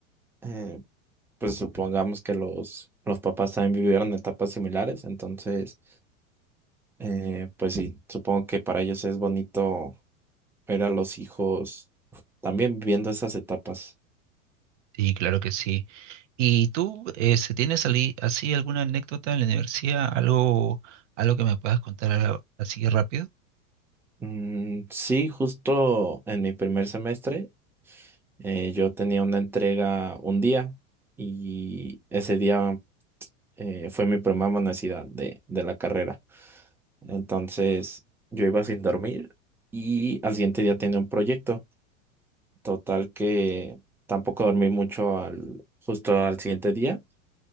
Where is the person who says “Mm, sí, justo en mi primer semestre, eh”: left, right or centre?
Centre